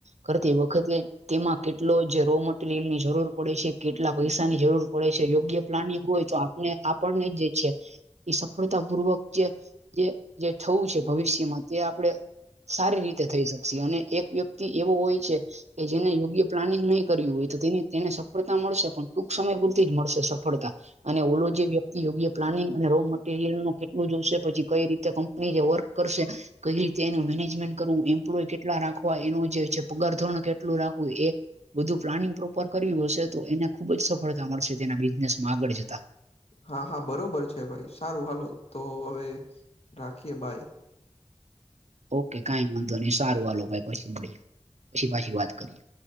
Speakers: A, on the right; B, on the left.
A: કરતી વખતે તેમાં કેટલો જ રો મટીરિયલની જરૂર પડે છે, કેટલા પઈસાની જરૂર પડે છે, યોગ્ય પ્લાનિંગ હોય તો આ ને આપણને જે છે. એ સફળતા પૂર્વક જે જે થવું છે ભવિષ્યમાં તે આપડણે. સારી રીતે થઈ શકશે અને એક વ્યક્તિ એવો હોય છે કે જે જેને યોગ્ય પ્લાનિંગ નહીં કર્યું હોય તો તેની તેને સફળતા મળશે પણ ટૂંક સમય પૂરતી જ મળશે સફળતા. અને ઓલો જે વ્યક્તિ યોગ્ય પ્લાનિંગ અને રો મટીરયલનું કેટલું જોશે પછી કઈ રીતે હ પની જે વર્ક કરશે કઈ રીતે એનું મેનેજમેન્ટ કરવું, એમ્પ્લોય કેટલા રાખવું? વા એનું જે છે પગાર ધોરણ કેટલું રાખવું એ બધું પ્લાનિંગ પ્રોપર કર્યું હશે, તો એને ખુબ જ સફળતા મળશે, તેના બિઝનેસમાં આગળ જતા.
B: હા હા બરોબર છે, ભઈ. સારું હાલો તો હવે રાખીએ, બાય.
A: ઓકે કઈ વાંધો નહી સારું વાલો ભાઈ પછી મળીએ, પછી પાછી વાત કરીએ.